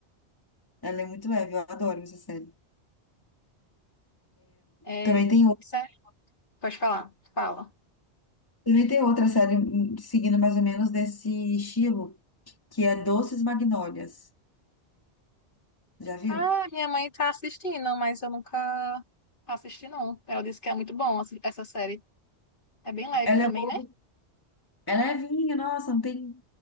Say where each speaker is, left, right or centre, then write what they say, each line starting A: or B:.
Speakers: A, on the left; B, on the left.
A: ela é muito leve, eu adoro essa série.
B: É,
A: Também tem, o-
B: certo. Pode falar. Fala.
A: também tem outra série hum, seguindo mais ou menos desse estilo, que é Doces Magnólias. Já viu?
B: Ah, minha mãe tá assistindo, mas eu nunca assisti, não. Ela disse que é muito bom assim, essa série. É bem leve
A: Ela
B: também,
A: é boba,
B: né?
A: ela é levinha, nossa, não tem,